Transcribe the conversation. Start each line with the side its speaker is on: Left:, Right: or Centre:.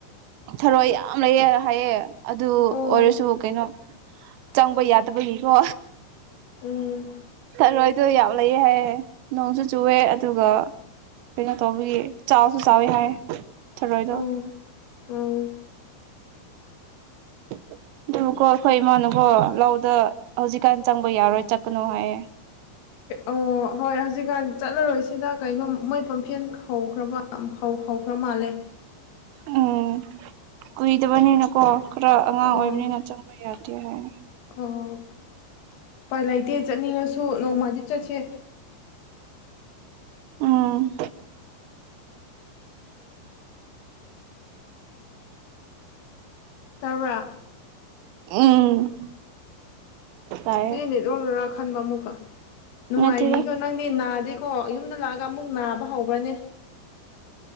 Right: ꯊꯔꯣꯏ ꯌꯥꯝ ꯂꯩꯌꯦ ꯍꯥꯏꯌꯦ ꯑꯗꯨ
Left: ꯑꯣ
Right: ꯑꯣꯏꯔꯁꯨ ꯀꯩꯅꯣ ꯆꯪꯕ ꯌꯥꯗꯕꯒꯤꯀꯣ
Left: ꯎꯝ
Right: ꯊꯔꯣꯏꯗꯣ ꯌꯥꯝ ꯂꯩꯌꯦ ꯍꯥꯏꯌꯦ ꯅꯣꯡꯁꯨ ꯆꯨꯑꯦ ꯑꯗꯨꯒ ꯀꯩꯅꯣ ꯇꯧꯕꯒꯤ ꯆꯥꯎꯁꯨ ꯆꯥꯎꯋꯤ ꯍꯥꯏ ꯊꯔꯣꯏꯗꯣ
Left: ꯎꯝ ꯎꯝ
Right: <inaudible> ꯑꯗꯨꯕꯨꯀꯣ ꯑꯈꯣꯏ ꯏꯃꯥꯅꯀꯣ ꯂꯧꯗ ꯍꯧꯖꯤꯛꯀꯥꯟ ꯆꯪꯕ ꯌꯥꯔꯣꯏ ꯆꯠꯀꯅꯨ ꯍꯥꯏꯌꯦ
Left: ꯑꯣ ꯍꯣꯏ ꯍꯧꯖꯤꯛꯀꯥꯟ ꯆꯠꯂꯔꯣꯏꯁꯤꯗ ꯀꯩꯅꯣ ꯃꯣꯏ ꯄꯝꯐꯦꯜ ꯍꯧꯈ꯭ꯔꯕ ꯍꯧꯈ꯭ꯔ ꯃꯥꯜꯂꯦ
Right: ꯎꯝ ꯀꯨꯏꯗꯕꯅꯤꯅꯀꯣ ꯈꯔ ꯑꯉꯥꯡ
Left: ꯑꯣ
Right: ꯑꯣꯏꯕꯅꯤꯅ ꯆꯪ ꯌꯥꯗꯦ ꯍꯥꯏ
Left: ꯑꯣ ꯎꯄꯥꯏ ꯂꯩꯇꯦ ꯆꯠꯅꯤꯡꯉꯁꯨ ꯅꯣꯡꯃꯗꯤ ꯆꯠꯁꯦ
Right: ꯎꯝ
Left: ꯇꯥꯕ꯭ꯔ
Right: ꯎꯝ ꯇꯥꯏꯌꯦ
Left: ꯑꯩꯅ ꯅꯦꯠꯋꯥꯛꯅꯔꯥ ꯈꯟꯕ ꯑꯃꯨꯛꯀ ꯅꯨꯡꯉꯥꯏꯔꯤꯀꯣ
Right: ꯅꯠꯇꯦꯗ
Left: ꯅꯪꯗꯤ ꯅꯥꯗꯦꯀꯣ ꯌꯨꯝꯗ ꯂꯥꯛ ꯑꯃꯨꯛ ꯅꯥꯕ ꯍꯧꯕ꯭ꯔꯅꯦ